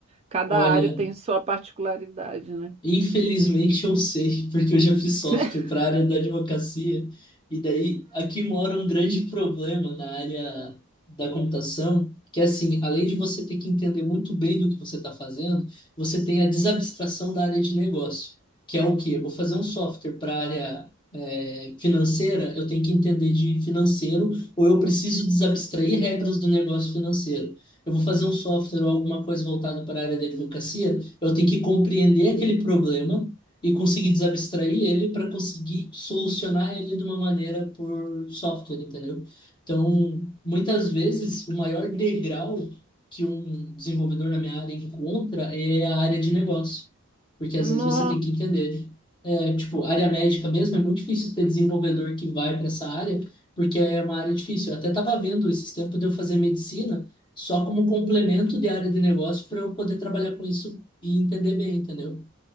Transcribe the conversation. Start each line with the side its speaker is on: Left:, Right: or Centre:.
Right: Cada
Left: Olha,
Right: área tem sua particularidade, né?
Left: Infelizmente eu sei, porque eu já fiz software
Right: <laughs>
Left: para a área da advocacia, e daí aqui mora um grande problema na área da computação, que é assim, além de você ter que entender muito bem do que você está fazendo, você tem a desabstração da área de negócio, que é o quê? Eu vou fazer um software para a área eh, financeira, eu tenho que entender de financeiro, ou eu preciso desabstrair regras do negócio financeiro. Eu vou fazer um software ou alguma coisa voltada para a área da advocacia, eu tenho que compreender aquele problema e conseguir desabstrair ele para conseguir solucionar ele de uma maneira por software, entendeu? Então, muitas vezes, o maior degrau que um desenvolvedor na minha área encontra é a área de negócio. Porque às
Right: Nossa,
Left: vezes você tem que entender. É, tipo, área médica mesmo, é muito difícil ter desenvolvedor que vai para essa área, porque é uma área difícil. Eu até estava vendo esses tempos de eu fazer medicina só como complemento de área de negócio para eu poder trabalhar com isso e entender bem, entendeu?